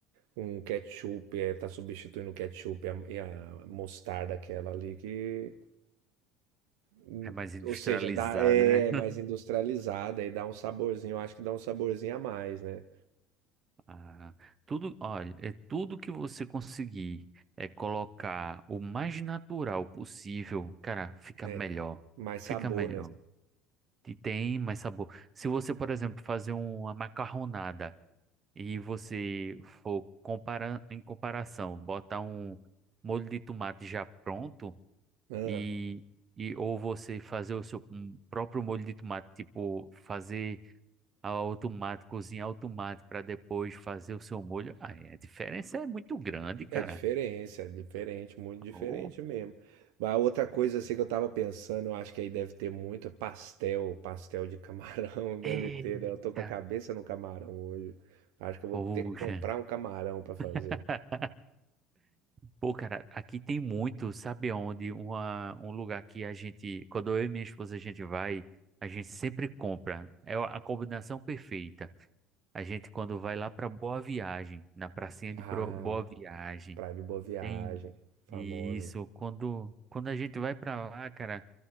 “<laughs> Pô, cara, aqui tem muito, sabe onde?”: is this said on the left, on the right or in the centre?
Right